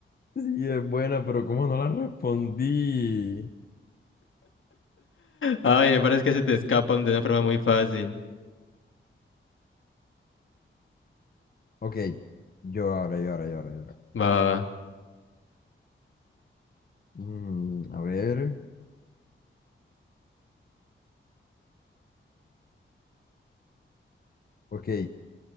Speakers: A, on the left; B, on the left.
A: Sí, es buena, pero ¿cómo no la respondí?
B: Ay, me parece que se te escapan de una forma muy fácil.
A: Ok, yo ahora, yo ahora, yo ahora, yo ahora.
B: Va.
A: Mm, a ver, ok.